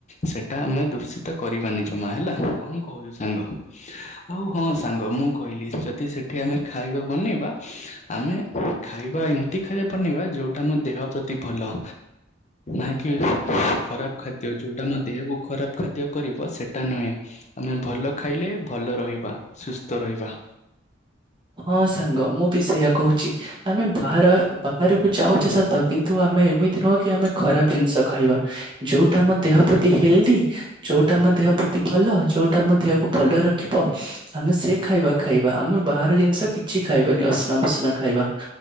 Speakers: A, on the left; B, on the right.
A: ସେଟା ଆମେ ଦୂଷିତ କରିବାନି ଜମା ହେଲା କଣ କହୁଛୁ ସାଙ୍ଗ? ଆଉ ହଁ ସାଙ୍ଗ ମୁଁ କହିଲି ଯଦି ସେଠି ଆମେ ଖାଇବା ବନେଇବା ଆମେ ଖାଇବା ଏମତି ଖାଇବା ବନେଇବା ଯୋଉଟା ଆମ ଦେହ ପ୍ରତି ଭଲ ନାଇଁ କି ଖରାପ ଖାଦ୍ୟ ଯୋଉଟା ମୋ ଦେହକୁ ଖରାପ ଖାଦ୍ୟ କରିବ ସେ ସେଟା ନୁହେଁ ଆମେ ଭଲ ଖାଇଲେ ଭଲ ରହିବା ସୁସ୍ଥ ରହିବା।
B: ହଁ ସାଙ୍ଗ ମୁଁ ବି ସେୟା କହୁଛି। ଆମେ ବାହାର ବାହାରକୁ ଯାଉଛେ ସତ କିନ୍ତୁ ଆମେ ଏମିତି ନହ କି ଆମେ ଖରାପ ଜିନିଷ ଖାଇବା। ଯୋଉଟା ଆମ ଦେହ ପ୍ରତି ହେଲ୍ଦି। ଯୋଉଟା ଆମ ଦେହ ପ୍ରତି ଭଲ ଯୋଉଟା ଆମ ଦେହକୁ ଭଲ ରଖିବ ଆମେ ସେ ଖାଇବା ଖାଇବା। ଆମେ ବାହାର ଜିନିଷ କିଛି ଖାଇବାନି ଅସ୍ନା ବସ୍ନା ଖାଇବା